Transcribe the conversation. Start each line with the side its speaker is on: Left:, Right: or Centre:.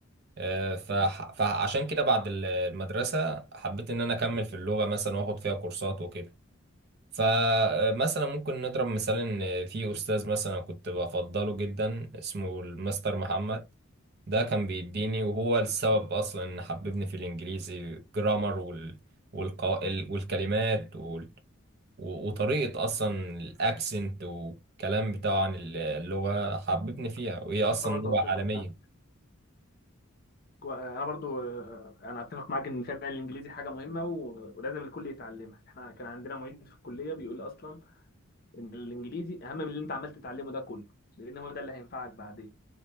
Right: آه، فح- فعشان كده بعد ال- المدرسه حبيت ان انا اكمل في اللغه مثلا واخد فيها كورسات وكده فمثلا ممكن نضرب مثال ان في استاذ مثلا كنت بفضله جدا اسمه المستر محمد ده كان بيديني وهو السبب اصلا ان حببني في الانجليزي جرامر وال... والقو... ال- والكلمات وال... و- وطريقة اصلا الاكسنت والكلام بتاعه عن اللغة حببني فيها وهي اصلا
Left: أنا برضه
Right: لغة
Left: أتفق
Right: عالمية
Left: معاك أنا برضه آه، أنا أتفق معاك إن فعلا الإنجليزي حاجة مهمة و- ولازم الكل يتعلمها إحنا كان عندنا معيد في الكلية بيقول أصلا إن الإنجليزي أهم من اللي أنت عمال تتعلمه ده كله لأن هو ده اللي هينفعك بعدين